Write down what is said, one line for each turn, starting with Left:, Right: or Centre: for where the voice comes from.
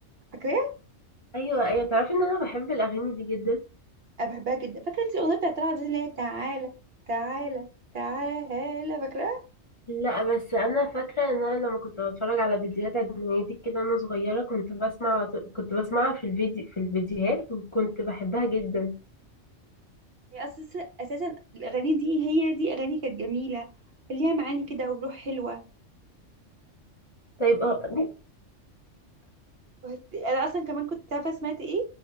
Right: فاكراها
Left: ايوه ايوه تعرفي ان انا بحب الاغاني دي جدا
Right: انا بحبها جدا فاكره انت الاغنيه بتاعت طلعت زين اللي هي تعالى تعالى تعالى فاكراها
Left: لا بس انا فاكره ان انا لما كنت بتفرج على فيديوهات اجنبيه كده وانا صغيره كنت بسمع كنت بسمعها في الفيديو في الفيديوهات وكنت بحبها جدا
Right: هي اساسا اساسا الاغاني دي هي دي اغاني كانت جميله كان ليها معاني كده وروح حلوه
Left: طيب اه دي-
Right: وهت- انا اصلا كمان كنت عارفه سمعت ايه